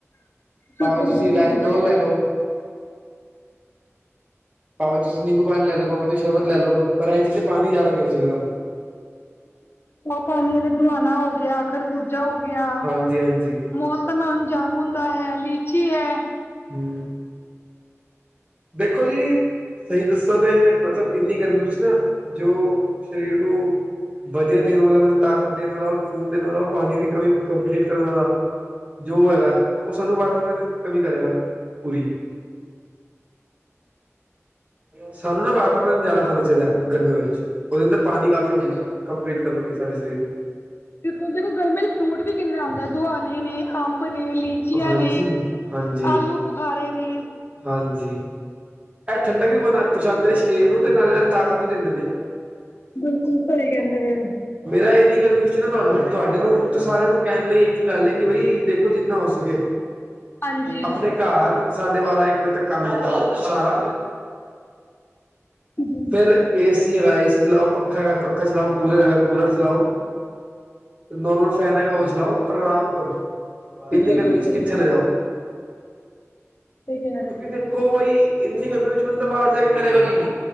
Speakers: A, on the right (about 25°); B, on the left (about 50°).
A: ਭਾਵੇਂ
B: ਬਿਲਕੁਲ
A: ਤੁਸੀਂ
B: ਬਿਲਕੁਲ
A: ਇਲੈਕਟ੍ਰੋਲ ਲੈ ਲੋ। ਭਾਵੇਂ ਤੁਸੀਂ ਨਿੰਬੂ ਪਾਣੀ ਲੈ ਲੋ, ਭਾਵੇਂ ਤੁਸੀਂ ਸ਼ਰਬਤ ਲੈ ਲੋ ਪਰ ਐਹ ਚੀ ਨਾ ਪਾਣੀ ਜੈਦਾ ਪੀਣਾ ਚਾਈਦਾ ਤੁਹਾਨੂੰ।
B: ਪਾਣੀ ਆਲੇ ਦੁਆਣਾ ਹੋ ਗਿਆ, ਖਰਬੂਜਾ ਹੋ ਗਿਆ,
A: ਹਾਂਜੀ ਹਾਂਜੀ
B: ਮੌਸ ਤਾਂ ਮੈਂ ਹੁਣ ਜਾਮੁਣ ਦਾ ਹੈ ਲੀਚੀ ਹੈ‌‌।
A: ਹੂੰ। ਦੇਖੋ ਜੀ ਸਹੀ ਦੱਸਾਂ ਤੇ ਮਤਲਬ ਇੰਨੀ ਗਰਮੀ ਵਿੱਚ ਨਾ ਜੋ ਸਰੀਰ ਨੂੰ ਵਧੀਆ ਦੇਣ ਵਾਲਾ ਮਗਰ ਤਾਕਤ ਦੇਣ ਵਾਲਾ ਔਰ ਖੂਨ ਦੇਣ ਵਾਲਾ ਔਰ ਪਾਣੀ ਦੀ ਕਮੀ ਕੰਪਲੀਟ ਕਰਨ ਵਾਲਾ ਜੋ ਹੈਗੈ ਓਹ ਸਾਨੂੰ ਵਾਟਰਮੈਲਣ ਕਮੀ ਕਰੇਗਾ ਪੂਰੀ। ਸਾਨੂੰ ਨਾ ਵਾਟਰਮੈਲਨ ਜਾਦਾ ਖਾਣਾ ਚਾਈਦੈ ਗਰਮੀਆਂ ਵੇਚ। ਓਦੇ ਅੰਦਰ ਪਾਣੀ ਕਾਫ਼ੀ ਹੁੰਦੈ ਕੰਪਲੀਟ ਕਰਨ ਲਈ ਸਾਡੇ ਸਰੀਰ ਨੂੰ।
B: ਤੇ ਪੁੰਦੇਤੋ ਗਰਮੀ ਚ ਫਰੂਟ ਵੀ ਕਿੰਨਾ ਆਂਦੈ, ਦੁਹਾਣੇ ਨੇ ਅੰਬ ਨੇ, ਲੀ ਚੀਆਂ
A: ਹਾਂਜੀ
B: ਨੇ,
A: ਹਾਂਜੀ
B: ਆਲੂ ਬੁਖਾਰੇ ਨੇ।
A: ਹਾਂਜੀ। ਐ ਠੰਡਕ ਵੀ ਬਣਾ ਪਹਚਾੰਦੇ ਨੇ ਸਰੀਰ ਨੂੰ ਤੇ ਨਾਲੇ ਨਾਲ ਤਾਕਤ ਵੀ ਦਿੰਦੇ ਨੇ।
B: ਬਿਲਕੁਲ ਸਹੀ ਕੈੰਦੇ ਪਏ।
A: ਮੇਰਾ ਇੰਨੀ ਗਰਮੀ ਵਿੱਚ ਨਾ ਤੁਹਾ ਤੁਹਾਡੇ ਨੂੰ ਤੇ ਸਾਰਿਆਂ ਨੂੰ ਕੈਣ ਲਈ ਇੱਕ ਹੀ ਗੱਲ ਏ ਕਿ ਬਈ ਦੇਖੋ ਜਿੰਨਾ ਹੋ ਸਕੇ।
B: ਹਾਂਜੀ
A: ਅਪਣੇ ਘਾੱਰ ਸਾਢੇ ਬਾਰਾਂ ਇੱਕ ਵਜੇ ਤੱਕ ਕੰਮ ਕੀਤਾ ਓਹ ਸਾਰਾ।
B: ਜੀ
A: ਫਿਰ ਏਸੀ ਹੈਗਾ ਏਸੀ ਚਲਾਓ, ਪੱਖਾ ਹੈਗਾ ਪੱਖਾ ਚਲਾਓ, ਕੂਲਰ ਹੈਗਾ ਕੂਲਰ ਚਲਾਓ, ਤੇ ਨੋਰਮਲ ਫੈਨ ਹੈਗਾ ਓਹ ਚਲਾਓ, ਪਰ ਰਾਮ ਕਰੋ।
B: ਬਿਲਕੁਲ
A: ਇੰਨੀ ਗਰਮੀ
B: ਬਿਲਕੁਲ
A: ਚ ਕਿੱਥੇ ਨਾ ਜਾਓ।
B: ਸਹੀ ਕਹਿ ਰਹੇ
A: ਕਿਉਂਕਿ
B: ਹੋ।
A: ਦੇ ਹੋਈ ਇੰਨੀ ਗਰਮੀ ਵਿੱਚ ਬੰਦਾ ਬਾਰ ਜਾ ਕੇ ਕਰੇਗਾ ਵੀ ਕੀ।